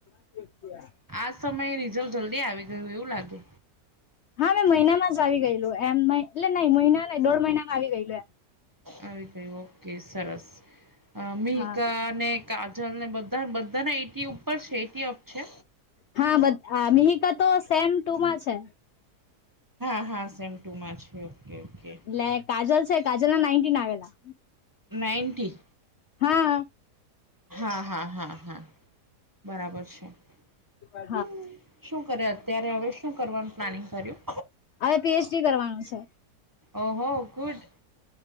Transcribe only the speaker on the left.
<inaudible>
હા મેંમ મહિનામાં જ આવી ગયલું એમ એટલે નઈં મહિના ન દોઢ મહિનામાં આવી ગયલું.
હા
હા બ મિહિકા તો સેમ ટુમાં છે.
એટલે કાજલ છે કાજલ ના નાઇન્ટીન આવેલા
હા
મા <unintelligible>
હવે પીએચડી કરવાનું છે.